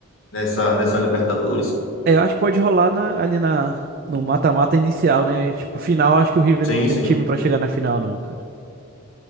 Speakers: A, on the left; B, on the right.
A: nessa, nessa Libertadores?
B: É, eu acho que pode rolar na- ali na, no mata-mata inicial, né? Tipo, final, acho que o River
A: Sim,
B: não tem
A: sim.
B: time pra chegar na final, não, cara.